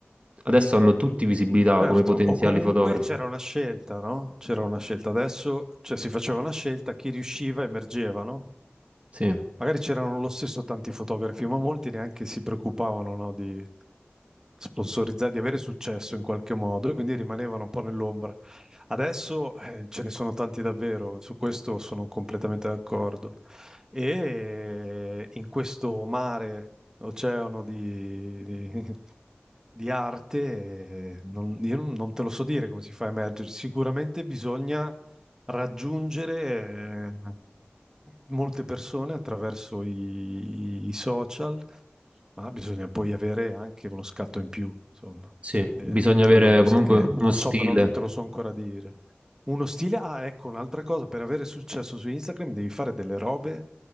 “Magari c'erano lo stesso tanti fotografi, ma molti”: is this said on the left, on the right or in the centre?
Right